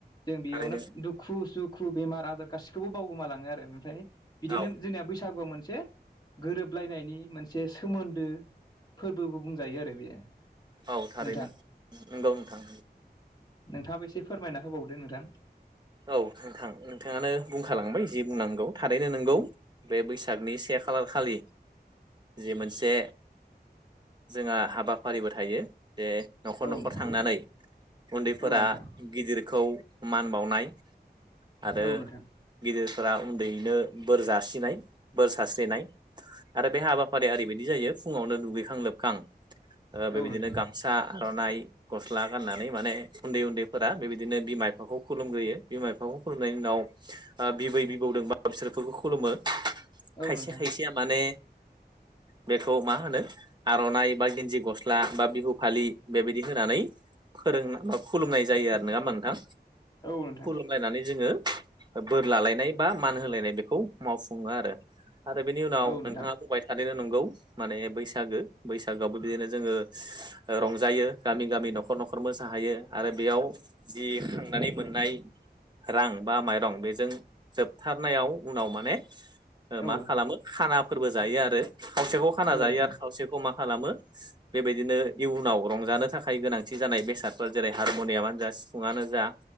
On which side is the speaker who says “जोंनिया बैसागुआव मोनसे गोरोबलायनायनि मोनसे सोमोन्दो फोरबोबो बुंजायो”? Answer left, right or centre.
Left